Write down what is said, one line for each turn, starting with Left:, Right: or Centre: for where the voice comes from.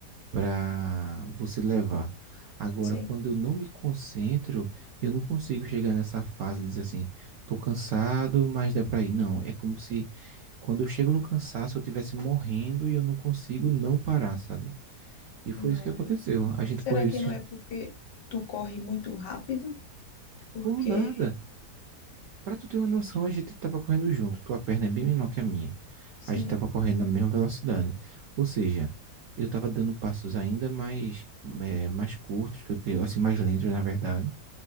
Right: para você levar. Agora,
Left: sim.
Right: quando eu não me concentro, eu não consigo chegar nessa fase de dizer assim, tô cansado, mas dá para ir. Não, é como se quando eu chego no cansaço, eu estivesse morrendo e eu não consigo não parar, sabe? E foi
Left: Não,
Right: isso que aconteceu.
Left: eu
Right: A gente
Left: Será
Right: correu
Left: que
Right: esses,
Left: não é porque tu corre muito rápido? Porque,
Right: Por nada. Pra tu ter uma noção, a gente tava correndo junto. Tua perna é bem menor que a minha.
Left: sim,
Right: A gente tava correndo na mesma velocidade. Ou seja, eu tava dando passos ainda mais, eh, mais curtos que o teu, assim, mais lentos, na verdade.